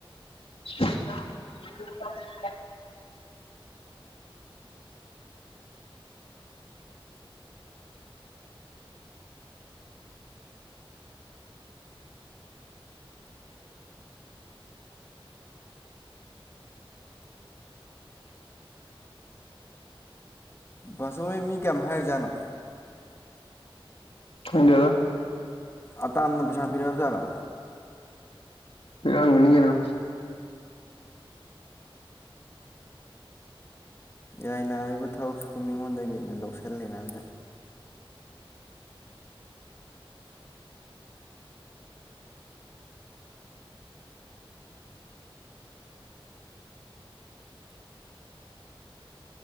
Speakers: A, on the left; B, on the left.
A: <unintelligible>
B: ꯕꯥꯁꯣꯏ ꯃꯤ ꯀꯌꯥꯝꯃ ꯍꯥꯏꯔꯤꯖꯥꯅꯣ
A: ꯑ ꯏꯟꯗꯤꯌꯥꯗ
B: ꯑ ꯇꯅ ꯄꯩꯁꯥ ꯄꯤꯔꯑ ꯖꯥꯠꯔꯣ
A: ꯪꯒꯅꯤꯒꯅ
B: ꯌꯥꯏ ꯅꯥꯏꯕ ꯊꯕꯛꯁꯤꯕꯨ ꯃꯤꯉꯣꯟꯗꯒꯤ ꯑꯣꯏꯅ ꯂꯧꯁꯤꯜꯂꯦꯅꯗ